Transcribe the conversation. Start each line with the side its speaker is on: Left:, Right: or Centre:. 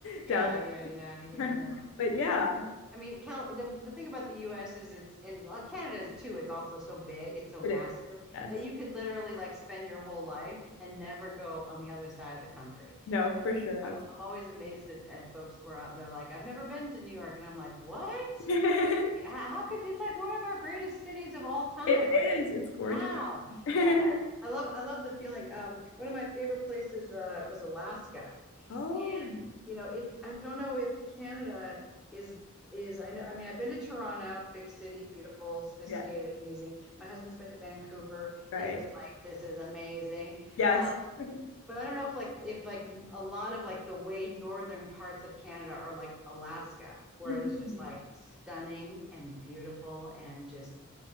Left: down
Centre: yeah, yeah, yeah, yeah.
Left: there.
Centre: No,
Left: <laughs> But yeah,
Centre: it's. I mean, Cal. The the thing about the U.S. is it's in well, Canada is too. It's also so big. It's so massive
Left: it is. Yes,
Centre: that you could literally like spend your whole life and never go on the other side of the country.
Left: no, for sure.
Centre: I'm
Left: I'm...
Centre: I'm always amazed at, at folks where uh, they're like, I've never been to New York, and I'm like, what?
Left: <laughs>
Centre: Like, yeah, how could it's like one of our greatest cities of all time.
Left: It
Centre: Like,
Left: is. It's gorgeous.
Centre: How?
Left: <laughs>
Centre: Yeah, and I I love I love the feeling. Um, one of my favorite places uh, was Alaska.
Left: Oh,
Centre: and You know, it I don't know if Canada is is I know I mean I've been to Toronto, big city, beautiful, sophisticated,
Left: yes,
Centre: amazing. My husband's been to Vancouver.
Left: right.
Centre: He was like, "This is amazing."
Left: Yes.
Centre: Uh,
Left: <laughs>
Centre: but I don't know if like if like a lot of like the way northern parts of Canada are like Alaska, where
Left: Mhm.
Centre: it was just like stunning and beautiful and just